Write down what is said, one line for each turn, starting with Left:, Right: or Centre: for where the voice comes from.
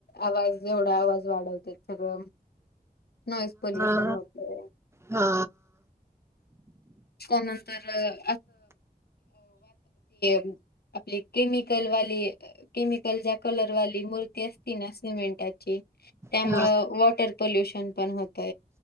Left: आवाज एवढा आवाज वाढवते सगळं नॉइस पोल्युशन.
Right: हा
Left: होतय
Right: हा
Left: त्यानंतर अ, ह <unintelligible> केमिकलवाली, केमिकलच्या कलरवाली मूर्ती असती ना सिमेंटाची. त्यामुळ
Right: हा
Left: वॉटर पोल्युशन पण होत.